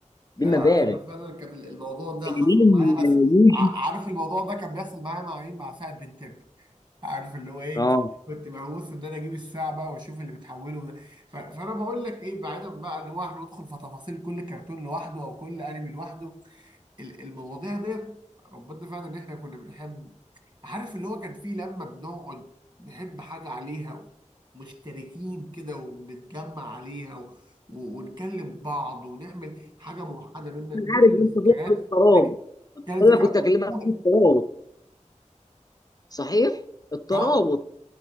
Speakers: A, on the right; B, on the left.
A: لا
B: بمبالغ
A: انا فعلا كان الموضوع ده حصل
B: مين
A: معايا بس
B: يوجي
A: ع- عارف الموضوع ده كان بيحصل معايا مع مين مع سعد بنتين عارف اللي هو ايه
B: اه
A: كنت مهووس ان انا اجيب الساعه بقى واشوف اللي بتحوله ده ف- فانا بقول لك ايه بعيدا بقى ان هو احنا ندخل في تفاصيل كل كرتون لوحده او كل انمي لوحده ال- المواضيع ديت ربنا فعلا ان احنا كنا بنحب عارف اللي هو كان فيه لما بنقعد نحب حاجه عليها مشتركين كده وبنتجمع عليها و... و- ونكلم بعض ونعمل حاجه موحده بينا
B: انا
A: دي
B: عارف
A: كانت
B: انت
A: ذكريات
B: ضد الترابط
A: دي كانت
B: انا
A: ذكريات
B: كنت اكلمك
A: الطفوله
B: في الترابط صحيح الترابط
A: نعم